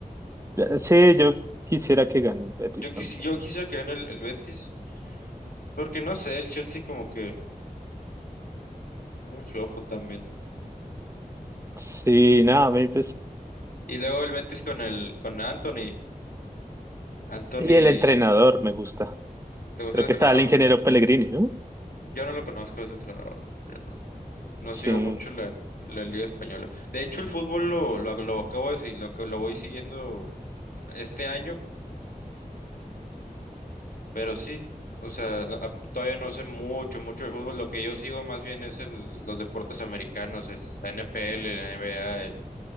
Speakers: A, on the right (about 20°); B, on the left (about 80°).
A: Sí, yo quisiera que gane el Betis
B: Yo,
A: también.
B: quisi- yo quisiera que gane el, el Betis, porque no sé, el Chelsea como que muy flojo también.
A: Sí, nada, me- pues.
B: Y luego el Betis con el con Anthony. Anthony,
A: Y el entrenador me gusta.
B: ¿te gusta
A: Creo
B: el entrenador?
A: que está el ingeniero Pellegrini, ¿no?
B: Yo no lo conozco ese entrenador. yo no, no
A: Sí.
B: sigo mucho la, la Liga Española. De hecho, el fútbol lo, lo, lo acabo de decir, lo, que- lo voy siguiendo este año. Pero sí, o sea, no- ap- todavía no sé mucho, mucho de fútbol. Lo que yo sigo más bien es el, los deportes americanos, el- la NFL, la NBA, el,